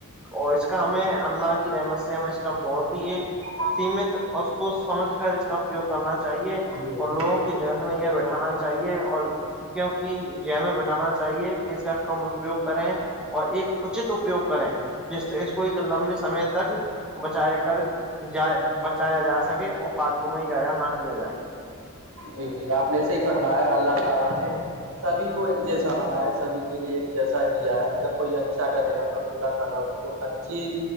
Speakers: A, in the centre; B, on the right.
A: اور اس کا ہمیں اللہ کی رحمت سے ہمیں اس کا بہت ہی ایک
B: <inaudible>
A: سیمت اور سوچ سمجھ کر اس کا پریوگ کرنا چاہیے
B: جی
A: اور لوگوں
B: جی
A: کے میں یہ بیٹھانا چاہیے اور کیونکہ جن میں بیٹھانا چاہیے کہ اس کا کم اپیوگ کریں اور ایک اچت اپیوگ کریں جس سے اس کو ایک لمبے
B: بالکل
A: سمے تک بچایا کر جائے بچایا جا سکے اور پالتو میں ہی جایا نہ کیا جائے
B: جی جی آپ نے صحی فرمایا اللہ تعالی نے سبھی کو ایک جیسا بنا ہے سبی کے لیے ایک جیسا کیا ہے اگر کوئی اچھا کرے گا تو اللہ تعالی تو اچھی